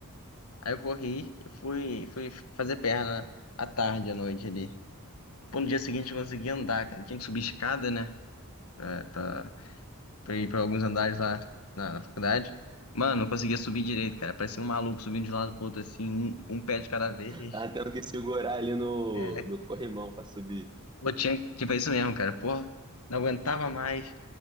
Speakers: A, on the left; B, on the right.
A: Aí eu corri e fui, fui fazer perna à tarde, à noite ali. Pô, no dia seguinte eu consegui andar, cara. Eu tinha que subir escada, né? pra, pra, pra ir pra alguns andares lá na, na faculdade. Mano, não conseguia subir direito, cara. Parecia um maluco subindo de um lado pro outro, assim, um, um pé de cada vez.
B: Tava tendo que segurar ali no,
A: É,
B: no corrimão pra subir.
A: pô, tinha, tinha foi isso mesmo, cara. Porra, não aguentava mais.